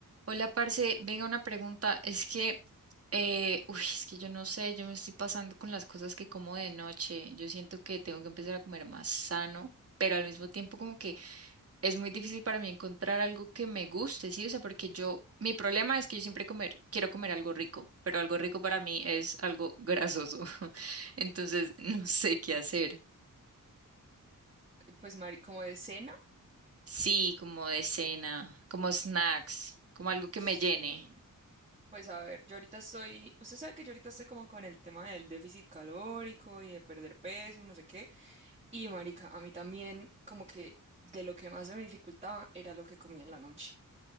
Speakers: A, on the right; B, on the right.
A: Hola, parce, venga una pregunta. Es que, eh, uy, es que yo no sé, yo me estoy pasando con las cosas que como de noche. Yo siento que tengo que empezar a comer más sano, pero al mismo tiempo como que es muy difícil para mí encontrar algo que me guste, ¿sí? O sea, porque yo, mi problema es que yo siempre comer, quiero comer algo rico, pero algo rico para mí es algo grasoso. <laughs> Entonces, no sé qué hacer.
B: Pues, Mari, como de cena,
A: Sí, como de cena, como snacks, como algo que
B: sí.
A: me llene.
B: Pues a ver, yo ahorita estoy, usted sabe que yo ahorita estoy como con el tema del déficit calórico y de perder peso y no sé qué. Y marica, a mí también como que de lo que más se me dificultaba era lo que comía en la noche.